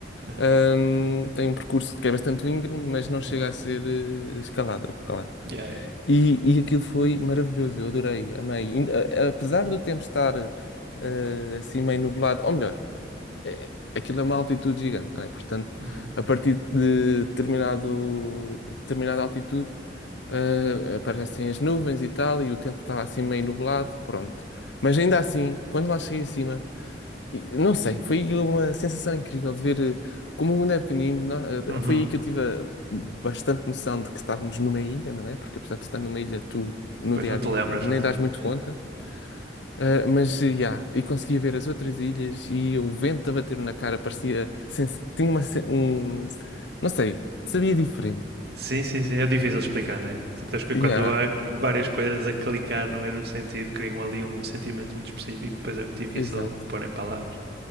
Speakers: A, on the right (about 60°); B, on the left (about 90°).
A: Uhum.
B: Ahm, tem um percurso que é bastante íngreme, mas não chega
A: Uhum.
B: a ser eh, escalada, claro.
A: Yeah, yeah.
B: E, e aquilo foi maravilhoso, eu adorei, amei. Ainda- a- Apesar do tempo estar eh, assim meio nublado, ou melhor, é, aquilo é uma altitude gigante, não é? Portanto,
A: Uhum.
B: a partir de determinado, determinada altitude, eh, aparecem as nuvens e tal, e o tempo estava assim meio nublado, pronto. Mas ainda assim, quando lá cheguei acima, e não sei, foi uma sensação incrível de ver eh, como o mundo é pequenino. nó-
A: Uhum.
B: eh, foi aí que eu tive eh, bastante noção de que estávamos numa ilha, não é? Porque apesar de estar numa ilha, tu no
A: Pois
B: dia
A: não
B: a
A: te
B: dia
A: lembras,
B: nem
A: não te
B: dás
A: lembras.
B: muito
A: yeah.
B: conta. Ah, mas, eh, yeah, e conseguia ver as outras ilhas e o vento a bater na cara parecia. sens- Tinha uma. sen- Um, não sei, sabia diferente.
A: Sim, sim, sim. É difícil explicar, não é? Sabes que
B: Yeah,
A: quando há várias coisas a clicar no mesmo sentido, criam ali um sentimento muito específico, depois é muito difícil
B: exato,
A: pôr em palavras.